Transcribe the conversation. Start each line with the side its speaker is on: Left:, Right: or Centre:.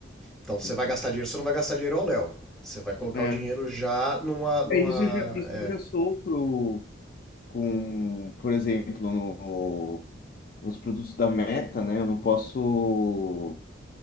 Centre: Então, você
Left: Uhum.
Centre: vai gastar dinheiro, você não vai gastar dinheiro ao Léo. Você vai colocar
Left: É,
Centre: o dinheiro já numa, numa,
Left: é isso eu já, isso
Centre: é,
Left: eu já sofro com, por exemplo, no, nos produtos da Meta, né? Eu não posso.